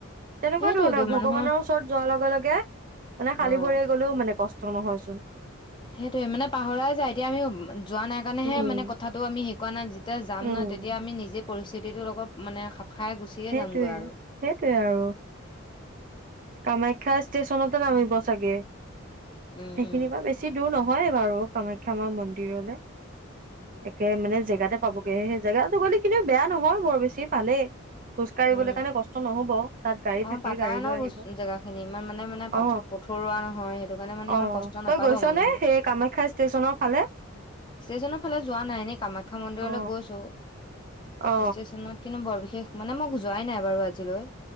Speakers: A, on the right; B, on the left.
A: তেনেকুৱা
B: সেইটোৱেতো
A: ধৰণৰ
B: মানুহৰ
A: ভগৱানৰ ওচৰত যোৱাৰ লগে- লগে মানে খালী
B: অ',
A: ভৰিৰে গ'লেও মানে কষ্ট নহয়চোন।
B: সেইটোৱে মানে পাহৰাই যায় এতিয়া আমি যোৱা নাই কাৰণেহে
A: উম
B: মানে কথাটো আমি শিকোৱা নাই। তেতিয়া যাম
A: উম
B: ন তেতিয়া আমি নিজে পৰিস্থিতিটোৰ অ লগত মানে খাই গুচিয়ে
A: সেইটয়ে
B: যামগৈ আৰু
A: সেইটয়ে আৰু কামাখ্যা, ষ্টেচনতে নামিব চাগে
B: উম,
A: সেইখিনি
B: উম,
A: বা বেছি দূৰ নহয়। হয় বাৰু কামাখ্যা, মা মন্দিৰলে। একে মানে জেগাতে
B: অ',
A: পাবগে সেই জেগাত ছী কিন্তু বেয়া নহয় বৰ বেছি পালেই খোজ কাঢ়িবলৈ
B: উম
A: কাৰণে কষ্ট নহব। তাত গাড়ী
B: অ
A: থাকে
B: পাকাই
A: গাড়ী
B: ন
A: লৈ আহিব
B: বস্তু জেগা খিনি ইমান মানে মানে
A: অ
B: প পথৰুৱা নহয় সেইটো কাৰণে মানে ইমান
A: অ
B: কষ্ট
A: তই
B: নাপাব
A: গৈছনে
B: মানুহে
A: সেই কামাখ্যা ষ্টেচনৰ ফালে
B: ষ্টেশচনৰ ফালে যোৱা নাই এনে কামাখ্যা মন্দিৰলৈ
A: অ
B: গৈছো।
A: অ
B: ষ্টেশচনত কিন্তু বৰ বিশেষ মানে মোক যোৱাই নাই বাৰু আজিলৈ